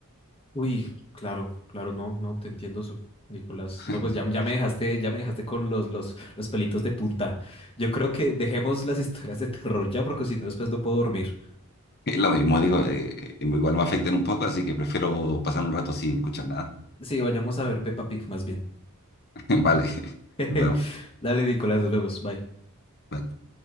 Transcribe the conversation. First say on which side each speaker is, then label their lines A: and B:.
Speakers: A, on the left; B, on the left.
A: Uy, claro, claro, no, no, te entiendo, su- Nicolás.
B: <laughs>
A: No, pues ya, ya me dejaste, ya me dejaste con los, los, los pelitos de punta. Yo creo que dejemos las <laughs> historias de terror ya, porque si no, después no puedo dormir.
B: Y Lo mismo digo, eh, eh, igual me afectan un poco, así que prefiero pasar un rato sin escuchar nada.
A: Sí, vayamos a ver Peppa Pig más bien.
B: <laughs> Vale, <laughs>
A: <laughs>
B: nos vemos.
A: Dale, Nicolás, nos vemos, bye.
B: Bye.